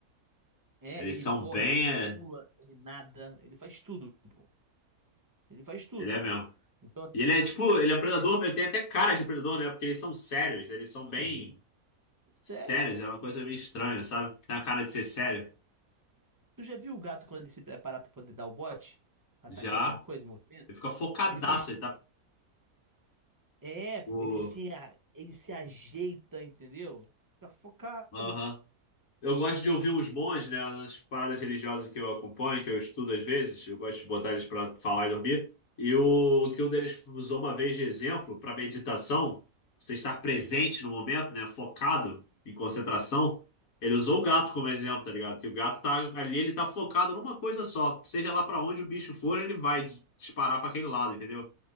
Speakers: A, on the right; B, on the left.
A: é,
B: Eles
A: ele
B: são
A: corre,
B: bem.
A: ele
B: é,
A: pula, ele nada, ele faz tudo, pô. Ele faz tudo.
B: Ele é mesmo.
A: Então, assim,
B: E ele é tipo, ele é um predador,
A: imagina-
B: ele tem até cara de predador, né? Porque eles são sérios, eles são bem
A: sim. Sério,
B: sérios,
A: pô.
B: é uma coisa meio estranha, sabe? Tem a cara de ser sério.
A: Tu já viu o gato quando ele se prepara pra poder dar o bote? Atacar
B: Já,
A: alguma coisa, movimento?
B: ele fica focadaço,
A: Ele faz.
B: ele tá.
A: É, pô,
B: O...
A: ele se, a- ele se ajeita, entendeu? Fica focado,
B: Aham.
A: pô.
B: Eu gosto de ouvir os bons, né? Nas paradas religiosas que eu acompanho, que eu estudo às vezes, eu gosto de botar eles para falar e dormir. E o que um deles usou uma vez de exemplo para meditação, você estar presente no momento, né? Focado em concentração. Ele usou o gato como exemplo, tá ligado? Que o gato tá ali, ele tá focado numa coisa só. Seja lá para onde o bicho for, ele vai disparar para aquele lado, entendeu?